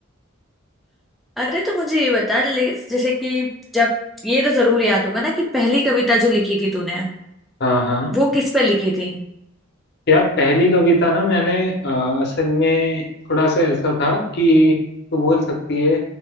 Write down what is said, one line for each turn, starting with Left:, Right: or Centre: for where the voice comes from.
Centre: अरे तो मुझे ये बता ले- जैसे कि जब ये तो जरूर याद होगा ना कि पहली कविता जो लिखी थी तूने
Left: हाँ हाँ
Centre: वो किस पर लिखी थी
Left: यार पहली कविता ना मैंने अ, असल में थोड़ा सा ऐसा था कि तू बोल सकती है